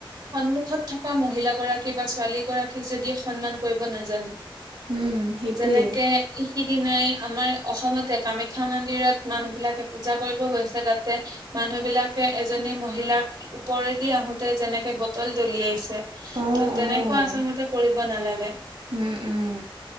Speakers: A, on the right; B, on the right.
A: সন্মুখত থকা মহিলাগৰাকী বা ছোৱালী গৰাকীক যদি সন্মান কৰিব নোৱাৰ নাজানে।
B: উম। সেইটোৱে।
A: যেনেকে ই সিদিনাই আমাৰ অসমতে কামাখ্যা মন্দিৰত মানুহ বিলাকে পূজা কৰিব গৈছে তাতে মানুহ বিলাকে এজনী মহিলাক ওপৰেদি আহোতে যেনেকে বটল দলিয়াইছে!
B: অ',
A: ত' তেনেকুৱা
B: অ'।
A: আচলতে কৰিব নালাগে।
B: উম, উম,